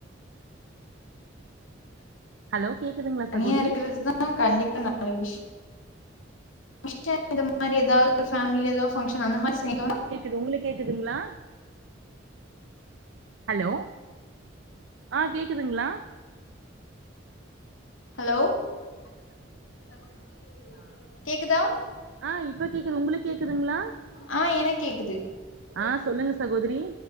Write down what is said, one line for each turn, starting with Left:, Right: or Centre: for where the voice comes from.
Right: ஹலோ கேக்குதுங்களா
Left: தனியா
Right: சகோதரி
Left: இருக்கறது தா கண்டிப்பா நல்ல விஷ் மிஷ்டர் இந்த மாரி ஏதாது ஃபேமிலில ஏதாது ஃபங்க்ஷன் அந்த மாதி சேர்தோம்னா
Right: கிது உங்களுக் கேக்குதுங்ளா ஹலோ ஆ கேக்குதுங்ளா
Left: ஹலோ சகோதரி கேக்குதுங்ளா கேக்குதா
Right: ஆ இப்ப கேக்குது உங்களுக்கு கேக்குதுங்ளா
Left: ஆ எனக்கு கேக்குது
Right: ஆ சொல்லுங்க சகோதிரி